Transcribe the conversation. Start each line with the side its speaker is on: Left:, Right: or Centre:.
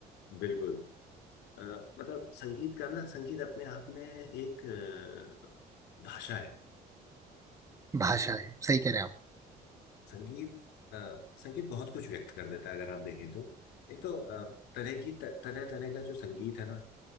Left: बिल्कुल अ, मतलब संगीत का ना संगीत अपने आप में एक अ, भाषा है
Right: भाषा है सही कह रहे हैं आप
Left: संगीत अ, संगीत बहुत कुछ व्यक्त कर देता है अगर आप देखें तो एक तो अ, तरह की तरह तरह का जो संगीत है ना